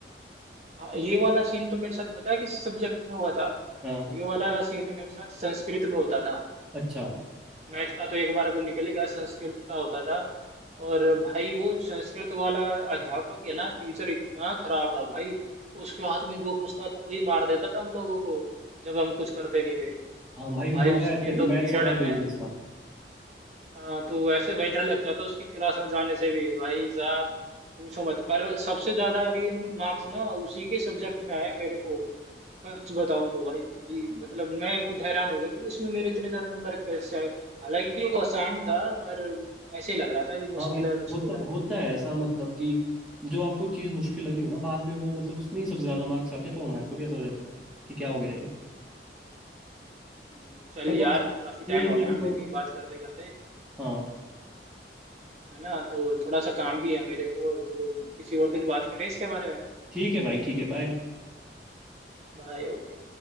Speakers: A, on the right; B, in the centre.
A: हाँ ये वाला सीन तो मेरे साथ पता है किस सब्जेक्ट में हुआ था
B: हाँ
A: ये वाला सीन मेरे साथ संस्कृत में होता था
B: अच्छा
A: मैथ का तो एक बार को निकल ही गया संस्कृत का होता था और भाई वो संस्कृत वाला अध्यापक है ना टीचर इतना खराब था भाई उसके हाथ में जो फंसता था वही मार देता था हम लोगों को जब हम कुछ करते नहीं थे
B: हाँ भाई
A: और भाई
B: हमारा
A: उसके
B: ऐसे
A: तो पीरियड
B: मैथ्स वाला
A: में
B: डेंजरस था
A: हाँ, तो ऐसे भाई डर लगता था उसकी क्लास में जाने से भी भाई साहब पूछो मत पर सबसे ज्यादा अभी मार्क्स ना उसी के सब्जेक्ट में आए मेरे को सच बताऊं तो भाई मतलब मैं खुद हैरान हो गया कि इसमें मेरे इतने ज्यादा नंबर कैसे आए हालांकि वो आसान था पर ऐसे लग रहा था कि
B: हाँ
A: मुश्किल
B: भाई
A: है मुश्किल
B: होता
A: है
B: होता है ऐसा मतलब कि जो आपको चीज़ मुश्किल लग रही हो ना बाद में वो मतलब उसमें ही सबसे ज्यादा मार्क्स आते हैं, तो हमारे को भी ऐसा हो जाता है कि क्या हो गया ये
A: हम्म, चल
B: पर
A: यार
B: बस स्कूल
A: काफी टाइम हो
B: लाइफ
A: गया हमने
B: तो
A: भी बात करते करते
B: हाँ
A: है ना तो थोड़ा सा काम भी है मेरे को तो किसी और दिन बात करें इसके बारे में
B: ठीक है भाई ठीक है बाय
A: बाय ओके